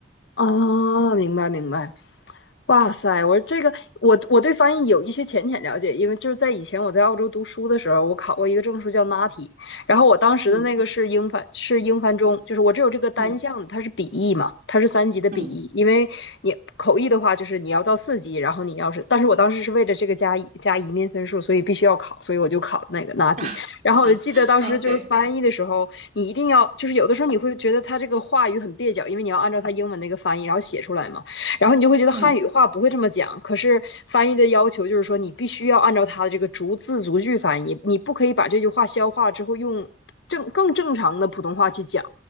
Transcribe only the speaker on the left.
啊，明白明白。哇塞！我说这个，我我对翻译有一些浅浅了解，因为就是在以前我在澳洲读书的时候，我考过一个证书叫 NATI，然后我当时的那个是英翻，
是英翻中，就是我只有这个单项的，
它是笔译嘛，它是三级的笔译，
因为你口译的话就是你要到四级，然后你要是，但是我当时是为了这个加一加移民分数，所以必须要考，所以我就考了那个 NATI，
然后我就记得当时就是翻译的时候，
你一定要就是有的时候你会觉得它这个话语很蹩脚，因为你要按照它英文那个翻译然后写出来嘛。然后你就会觉得汉语话不会这么讲，
可是翻译的要求就是说，你必须要按照它的这个逐字逐句翻译，你不可以把这句话消化了之后用正更正常的普通话去讲，